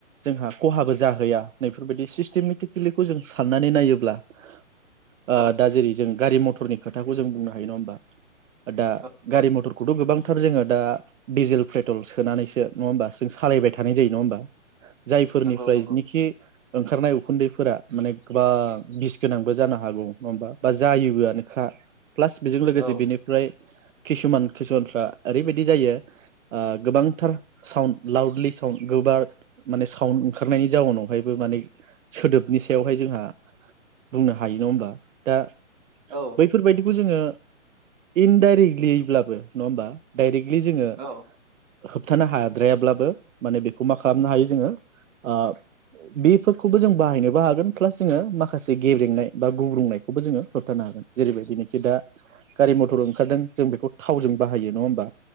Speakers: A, on the right; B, on the right.
A: जोंहा खहाबो जाहैया नैफोरबायदि सिस्टेमेटिकेलिखौ जों साननानै नायोब्ला <inaudible> ओ
B: औ
A: दा जेरै जों गारि मटरनि खोथाखौ जों बुंनो हायो नङा होमबा दा
B: औ
A: गारि मथरखौथ' गोबांथार जोङो दा डिजेल पेट्रल सोनानैसो नङा होमबा जों सालायबाय थानाय जायो नङा होमबा जायफोरनिफ्राय
B: नंगौ नंगौ
A: जिनोखि ओंखारनाय उखुन्दैफोरा माने गोबां बिस गोनांबो जानो हागौ नङा होमबा बा जायोबोआनोखा। प्लास बेजों लोगोसे
B: औ
A: बेनिफ्राय किसुमान किसुमानफ्रा ओरैबायदि जायो ओ गोबांथार साउण्ड लाउडलि साउण्ड गोबार माने साउण्ड ओंखारनायनि जाउनावहायबो माने सोदोबनि सायावहाय जोंहा बुंनो हायो नङा होमबा दा
B: औ
A: बैफोरबायदिखौ जोङो इनडाइरेक्टलिब्लाबो नङा होमबा डाइरेक्ट लि जोङो
B: औ
A: होबथानो हाया द्रायाब्लाबो माने बेखौ मा खालामनो हायो जोङो ओ बेफोरखौबो जों बाहायनोबो हागोन प्लास जोङो माखासे जे गेब्रेंनाय बा गुब्रुंनायखौबो जोङो होबथानो हागोन जेरैबायदिनोखि दा गारि मथर ओंखारदों जों बेखौ थावजों बाहायो नङा होमबा